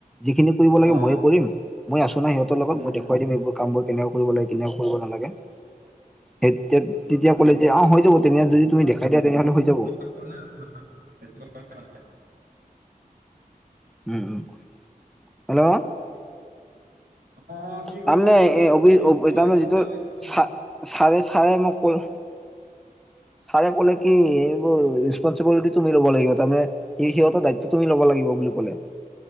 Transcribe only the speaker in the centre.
যিখিনি কৰিব লাগে
মইয়ে কৰিম মই আছো না সিহতৰ লগত
মই দেখুৱাই দিম এইবোৰ কামবোৰ কেনেকুৱা কৰিব লাগে কেনেকুৱা কৰিব নালাগে। সেত তেত তেতিয়া
ক'লে যে অ হৈ যাব তেনে যদি তুমি দেখাই দিয়া তেনেহলে হৈ যাব
উম, উম হেল্ল'!
তাৰমানে,
এ অবি অব
বোৰ চা চাৰে চাৰে মোক ক ছাৰে 'কলে কি এইবোৰ ৰেচপনচিবিলিটি তুমি ল'ব লাগিব, তাৰমানে ই সিহঁতৰ দায়িত্ব তুমি ল'ব লাগিব বুলি ক'লে।